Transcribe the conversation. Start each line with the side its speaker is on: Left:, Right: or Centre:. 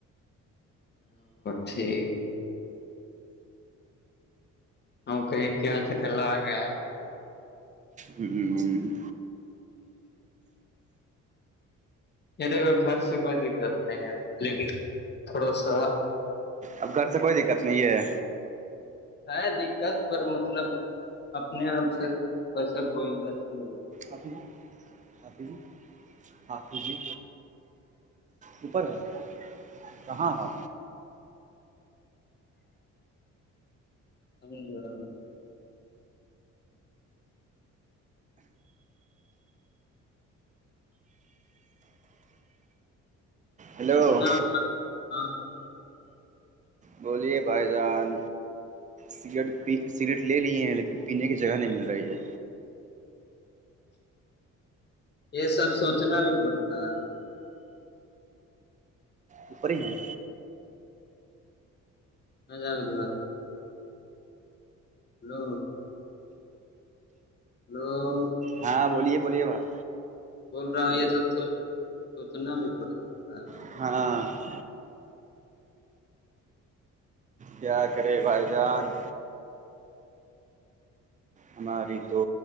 Left: ٹھیک ہ کہئی کہ آج ڈ ل آ گیا
Right: ہوں
Left: یہ دیک کو گھر سے کوئی دقت نہیں ہے لیکن تھوڑا سا
Right: اب گھر سے کوئی دقت نہیں ہے
Left: ہے دقت پر مطلب اپنے آپ سے ویسا کوئی ب نہیں
Right: اب ابھی ہاں پ جی اوپر ہے کہاں ہ
Left: <unintelligible>
Right: ہیلو
Left: کتنا ہاں
Right: بولیے بھائی جان سٹ سگٹ لے لی ہیں لیکن پینے کی جگہ نہیں مل رہی ہے
Left: یہ سب سوچنا بھی پڑتا ہے
Right: اپری ہی ہیں
Left: ا جادوا ہلو ہو
Right: ہاں بولیے بولیے بائی
Left: بول رہا ہوں یہ سب سو سوچنا بھی پڑتا ہے
Right: <unintelligible> کیا کرے بھائی جان ہماری تو